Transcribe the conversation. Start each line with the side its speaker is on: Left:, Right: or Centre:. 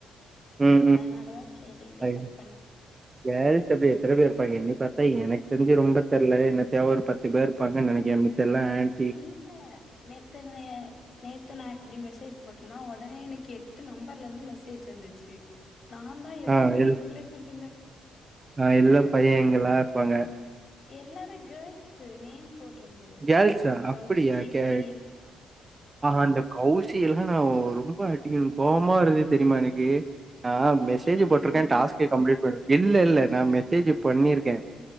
Right: ம் ம்
Left: அதனாலதா
Right: ம்
Left: செரின்ட்டு
Right: ஐயோ
Left: ட்ரை பண்ணே
Right: கேர்ள்ஸ் அப்டி எத்தன பேரு இருப்பாங்க எண்ணி பாத்தா எனக்கு தெரிஞ்சு ரொம்ப தெர்ல என்னத்தயா ஒரு பத்து பேருப்பாங்க நெனைக்கே மு எல்லா ஆன்
Left: இல்ல நேத்து ந நேத்து நா அப்டி மெசேஜ் போட்டோனா உடனே எனக்கு எட்டு நம்பர்ல இருந்து மெசேஜ் வந்துச்சு நா தா எதயுமே
Right: ஆ எல்
Left: ரிப்ளை பண்ணல
Right: ஆ இல்ல பையங்கெல்லா இருப்பாங்க
Left: எல்லாரு கேர்ள்ஸ்ஸு நேம் போ ட்ருந்து
Right: கேர்ள்ஸா அப்டியா
Left: கௌசி
Right: கே
Left: பிரி
Right: ஆ அந்த கௌசி எல்லா நா ரொம்ப <unintelligible> கோபமா வருது தெரியுமா எனக்கு ஆ மெசேஜ
Left: நீங்க
Right: போட்டிருக்கே
Left: பேசுனீங்களா
Right: டாஸ்க கம்ப்ளீட் பண்ணனு இல்ல இல்ல நா மெசேஜ்ஜீ பண்ணிருக்கே